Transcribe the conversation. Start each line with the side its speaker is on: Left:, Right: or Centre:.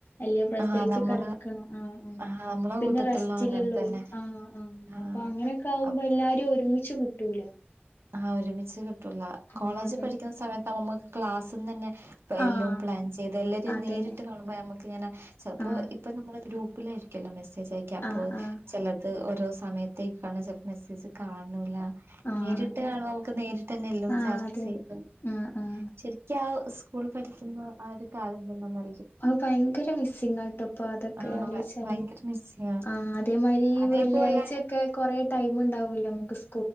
Left: എല്ലാം പ്രസവിച്ചു
Right: ആഹ് നമ്മളെ
Left: കിടക്കണം ആ ആ
Right: ആഹ് നമ്മളെ
Left: പിന്നെ
Right: കൂട്ടത്തിലുള്ള
Left: റെസ്റ്റിലുള്ളോര്
Right: അങ്ങനെ തന്നെ
Left: ആ ആ
Right: ആഹ്
Left: അപ്പൊ അങ്ങനെയൊക്കെ ആകുമ്പോ എല്ലാരും ഒരുമി ച് കിട്ടൂല
Right: ആഹ് ഒരുമിച്ച് കിട്ടൂല
Left: ആഹ്
Right: കോളേജ്
Left: അതന്നെ
Right: പഠിക്കുന്ന സമയത്ത് നമ്മക്ക് ക്ലാസ്സിന്ന് തന്നെ
Left: ആഹ്
Right: എല്ലാം പ്ലാൻ ചെയ്ത് എല്ലാരും
Left: അതന്നെ
Right: നേരിട്ട് കാണുമ്പോ നമ്മുക്കിങ്ങനെ ചപ്പോ
Left: ആഹ്
Right: ഇപ്പൊ നമ്മള് ഗ്രൂപ്പിലായിരിക്കല്ലോ മെസ്സേജ് അ യക്ക അപ്പോ
Left: ആഹ് ആഹ്
Right: ചിലത് ഓരോ സമയത്തേക്കണേൽ ചിലപ്പ മെസ്സേജ് കാണില്ല
Left: ആഹ്
Right: നേരെ
Left: അതെ
Right: <unintelligible> നമുക്ക് നേരിട്ട് തന്നെല്ലാം
Left: ആഹ്
Right: ചർച്ച
Left: അതന്നെ
Right: ചെയ്ത്
Left: ആഹ് ആഹ്
Right: ശരിക്ക സ്കൂൾ പഠിക്കുന്ന ആ ഒരു കാലം തന്നെ മ
Left: അ ഭയങ്കര മിസ്സിങ് ആട്ടോ ഇപ്പൊ അതൊക്കെ
Right: ആഹ്
Left: ആലോചിച്ചാല്
Right: ഭയങ്കര മിസ്സിങ്ങാ
Left: ആ അതേമാതിരി
Right: അതേപോലെ
Left: വെള്ളിയാഴ്ചൊക്കെ കൊറെേ ടൈം ഉണ്ടാവൂലെ നമുക്ക് സ്